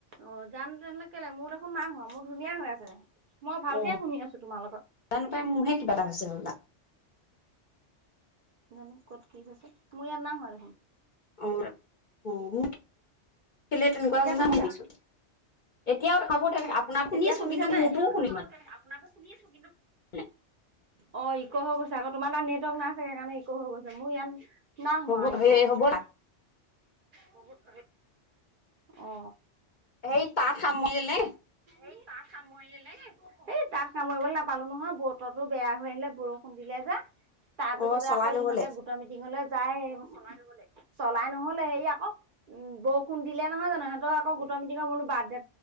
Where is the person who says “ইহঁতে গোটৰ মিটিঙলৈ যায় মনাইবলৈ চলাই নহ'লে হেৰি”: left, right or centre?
Right